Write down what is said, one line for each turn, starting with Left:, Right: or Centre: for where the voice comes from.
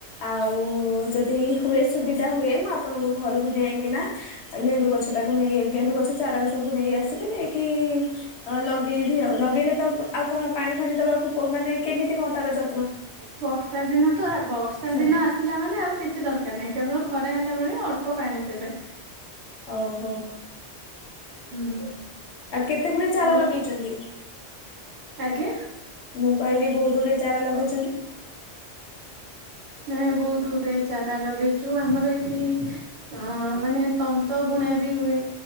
Left: ଆଉ ଯଦି ହୁଏ ସୁବିଧା ହୁଏ ମୁଁ ଆଉ ଆପଣଙ୍କ ଘରକୁ ଯାଇକି ନା ଗେଣ୍ଡୁ ଗଛ ଟାକୁ ନେଇ ଗେଣ୍ଡୁ ଗଛ ଚାରା ସବୁ ନେଇ ଆସିବି ନେଇକି ଲଗେଇବି ଆଉ ଲଗେଇଲେ ତ ଆଉ କଣ ପାଣି ଫାଣି ଦବାକୁ ପ ମାନେ କେମିତି କଣ ତାର ଯ
Right: ବର୍ଷା ଦିନତ ହେବ ବର୍ଷା
Left: ହୁଁ
Right: ଦିନ ଆସିଲା ମାନେ ଆଉ କିଛି ଦରକାର ନାହିଁ କେବଳ ଖରାହେଲା ବେଳେ ଅଳ୍ପ ପାଣି ଦେବେ।
Left: ଓହୋ
Right: ହୁଁ।
Left: ଆଉ କେତେଗୁଡେ ଚାରା
Right: ଆଉ
Left: ଲଗେଇ ଚନ୍ତି।
Right: ଆଜ୍ଞା।
Left: ମୁଁ କହିଲି ବହୁତ ଗୁଡେ ଚାରା ଲଗେଇ
Right: ନାଇଁ ବହୁତ ଗୁଡ଼େ ଚା ରା ଲଗେଇଚୁ। ଆମର ଏଠି ଅ ମାନେ ତନ୍ତବୁଣାବି ହୁଏ।